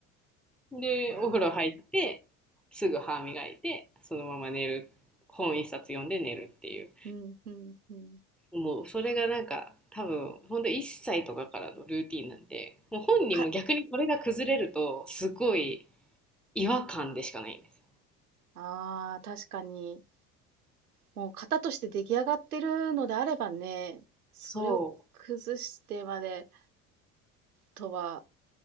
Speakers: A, in the centre; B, on the right.
A: で、
B: ああ、
A: お風呂入って、すぐ歯磨いて、そのまま寝る。本一冊読んで寝るっていう。
B: うん、うん、うん。
A: もうそれがなんか、多分、ほんと1歳とかからのルーティンなんで、もう本人も逆にそれが崩れると、
B: か、
A: すごい違和感でしかないんですよ。
B: ああ、確かに。もう型として出来上がってるのであればね、それを崩してまで
A: そ
B: とは